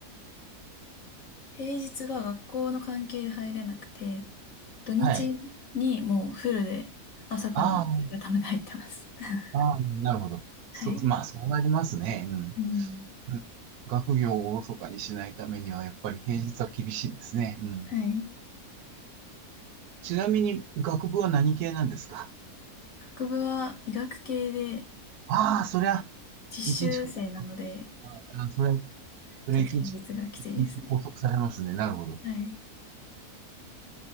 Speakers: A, on the left; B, on the right.
A: 平日が学校の関係で入れなくて、土日にもうフルで朝からやるために入ってます。
B: はい。ああ、
A: <laughs>
B: ああ、なるほど。
A: はい。
B: そう、まあ、そうなりますね。うん。
A: うん。
B: うん学業をおろそかにしないためには、やっぱり平日は厳しいですね。うん。
A: はい。
B: ちなみに、学部は何系なんですか
A: 学部は医学系で
B: ああ、そりゃ、
A: 実習生なので、
B: 一日かかる。ああ、それはそれ一日、
A: ちょっと平日がきついですね。
B: 一日拘束されますね。なるほど。
A: はい。